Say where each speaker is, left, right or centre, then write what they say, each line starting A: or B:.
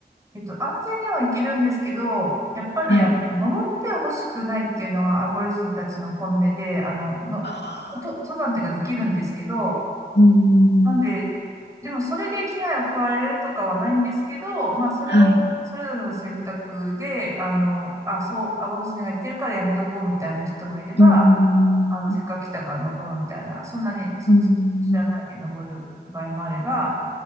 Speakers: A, on the right; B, on the left.
A: えっと、安全には行けるんですけど、やっぱり、
B: はい。
A: あの登ってほしくないっていうのがアボリジニたちの本音で、
B: は
A: あの、の、
B: あ
A: と登山っていうかできるんですけど、
B: うーん。
A: なんで、でもそれで危害を加えるとかはないんですけど、まあそれはそれぞれの選択で、
B: はい。
A: あの、あ、そう、淡路島が言ってるからやめとこうみたいな人もいれば、
B: うーん。
A: あの、せっかく来たから登ろうみたいな、そんなにそっち知らないで登る場合もあれば、
B: うーん。